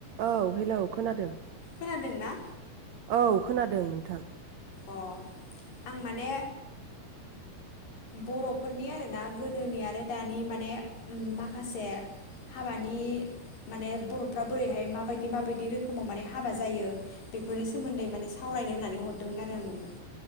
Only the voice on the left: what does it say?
खोनादोंना
अ आं माने बर'फोरनि आरोना गोदोनि आरो दानि माने माखासे हाबानि माने बर'फ्रा बोरैहाय माबायदि माबायदि रोखोमाव माने हाबा जायो बेफोरनि सोमोन्दै माने सावरायनो होननानै हरदों मोन आरो आंङो